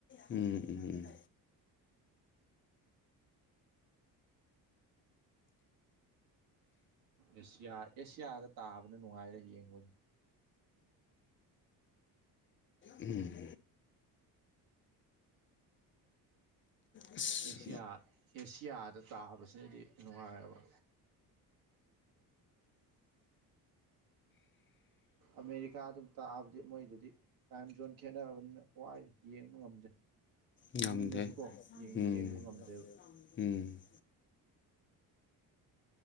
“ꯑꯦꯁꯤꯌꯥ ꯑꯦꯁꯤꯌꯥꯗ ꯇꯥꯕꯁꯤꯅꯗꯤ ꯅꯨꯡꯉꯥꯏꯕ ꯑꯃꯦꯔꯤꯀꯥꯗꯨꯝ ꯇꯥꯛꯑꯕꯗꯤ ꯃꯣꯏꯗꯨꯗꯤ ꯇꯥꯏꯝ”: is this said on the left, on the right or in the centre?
Right